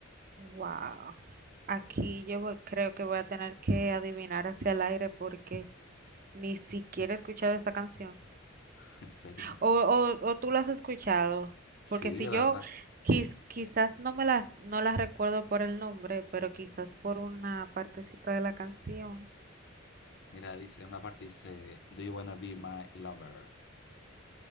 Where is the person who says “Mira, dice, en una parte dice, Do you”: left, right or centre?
Left